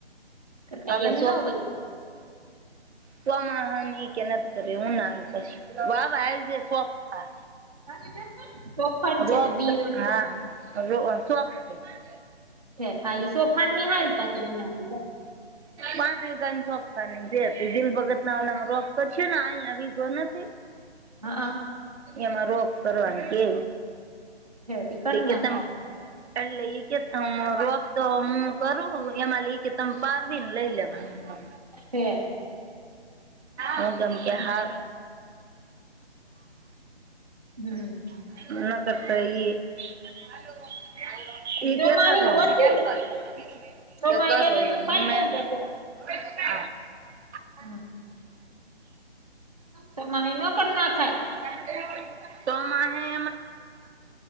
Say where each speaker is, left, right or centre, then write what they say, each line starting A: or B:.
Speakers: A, on the right (about 35°); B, on the right (about 85°).
A: કઈ
B: હવે
A: એમ ન હોય.
B: ચોમાહાન એ કે નથી કરે હું નારું પછી વા વા <unintelligible>
A: જાય તોફાન
B: રોફ
A: છે તો બી ઓલું
B: હા, <unintelligible>
A: છે હા, ઈ સોફાની <unintelligible>
B: પાંચ વિઘા સોખ ખાની દિલ ભગતના ઓલામાં રોપ કરશે ને અહીંયા વીઘો નથી.
A: હા
B: એમાં રોપ કરવાની કે
A: છે તી કર
B: તે કે
A: નાખાય
B: તમ એટલે કે રો હું કરું એમાં લઈ કે તમે પારવી ને લઈ લેવા.
A: છે
B: હું ગમ કે
A: હમ
B: હાર
A: હમ.
B: ના કરતા
A: ચોમાહે
B: એ
A: ઓછી જ હતી
B: <unintelligible>
A: ચોમાહે કરીએ તો ફાયદો જ
B: <unintelligible>
A: હતો <inaudible> તમારે ન કર નાખાય
B: <unintelligible> કરય